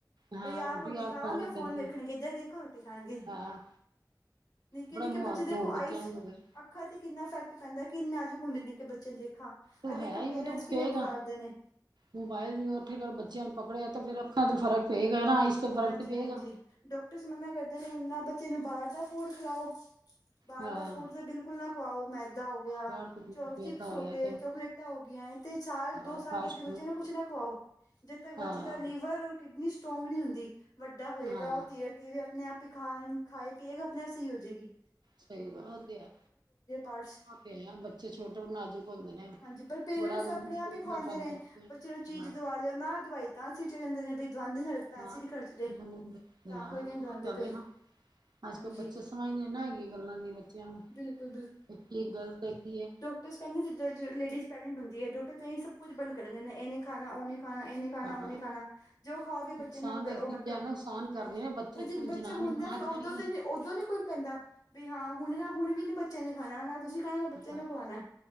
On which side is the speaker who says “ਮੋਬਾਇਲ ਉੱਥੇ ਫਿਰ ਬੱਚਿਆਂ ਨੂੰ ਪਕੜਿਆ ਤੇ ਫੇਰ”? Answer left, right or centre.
Right